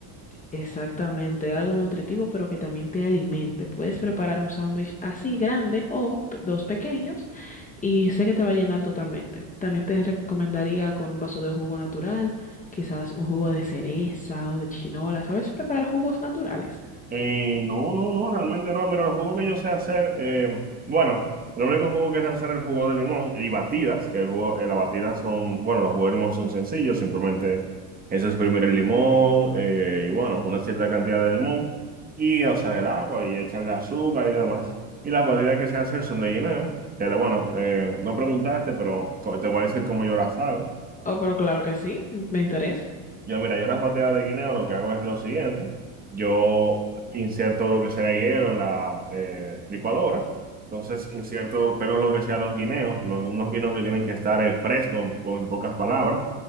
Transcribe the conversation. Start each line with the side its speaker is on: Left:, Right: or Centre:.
Left: Exactamente, algo nutritivo pero que también te alimente. Puedes preparar un sándwich así grande o pe- dos pequeños y sé que te va a llenar totalmente. También te recomendaría con un vaso de jugo natural, quizás un jugo de cereza o de chinola. ¿Sabes preparar jugos naturales?
Right: Eh, no, no, no, realmente no. Mira, el jugo que yo sé hacer, eh, bueno, el único jugo que sé hacer es el jugo de limón y batidas, que el jugo, eh, las batidas son, bueno, los jugos de limón son sencillos, simplemente eso es exprimir el limón eh, y bueno, una cierta cantidad de limón y, o sea, el agua y echarle azúcar y demás. Y las batidas que sé hacer son de guineo, que bueno, eh, no preguntaste, pero co- te voy a decir cómo yo las hago.
Left: Oh, pero claro que sí, me interesa.
Right: Yo, mira, yo las batidas de guineo lo que hago es lo siguiente. Yo inserto lo que sea hielo en la eh, licuadora. Entonces inserto, pero lo que sea los guineos, lo- unos guineos que tienen que estar eh, frescos, o en pocas palabras.